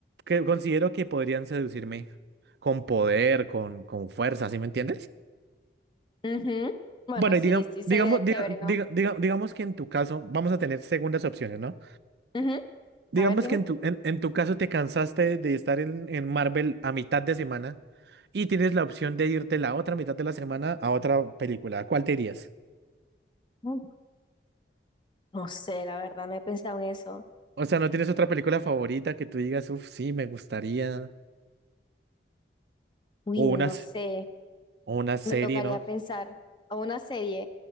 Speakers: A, on the right; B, on the left.
A: que considero que podrían seducirme con poder, con, con fuerza, ¿sí me entiendes?
B: Ujú. Bueno,
A: Bueno,
B: sí,
A: y digamos,
B: sí sería
A: digamos,
B: chévere,
A: diga-
B: ¿no?
A: diga- diga- digamos que en tu caso, vamos a tener segundas opciones, ¿no?
B: Ujú.
A: Digamos
B: A ver, dime.
A: que en tu, en, en tu caso te cansaste de estar en, en Marvel a mitad de semana y tienes la opción de irte la otra mitad de la semana a otra película. ¿A cuál te irías?
B: Mm, No sé, la verdad, no he pensado en eso.
A: O sea, ¿no tienes otra película favorita que tú digas, uff, sí, me gustaría?
B: Uy,
A: O
B: no
A: unas.
B: sé,
A: O Una serie,
B: me tocaría
A: ¿no?
B: pensar a una serie.